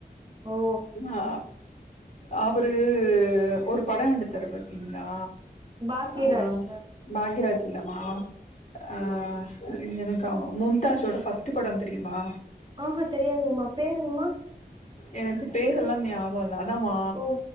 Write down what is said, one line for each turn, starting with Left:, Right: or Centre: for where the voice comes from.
Right: ஓ
Left: ஆ அவரு ஒரு படோ எடுத்தாரு பாத் தீங்ளா
Right: பாக்கியராஜ்
Left: ஆ பாக்யராஜ் இல்லமா ஆ எனக்கா மும்தாஜோட ஃபர்ஸ்ட் படம் தெரியுமா
Right: ஆ ஹா தெரியாதுங்மா பேருங்மா
Left: எனக்கு பேரெல்லா ஞாபகம் இல்ல அதாமா
Right: ஓ